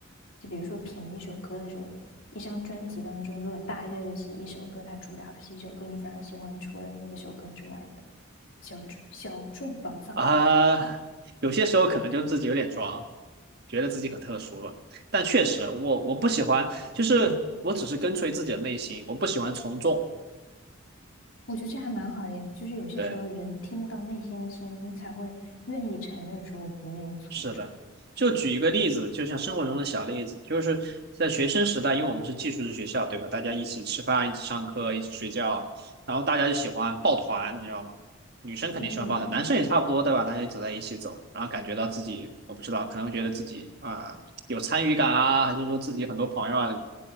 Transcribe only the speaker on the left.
就比如说品一首歌的时候，一张专辑当中，如果大热的是一首歌，它主打的是一首歌，你反而喜欢除了那个首歌之外的小众小众宝藏。
我觉得这还蛮好的呀，就是有些时候人听得到内心的声音，
才会愿意承认说我不愿意从众。
嗯，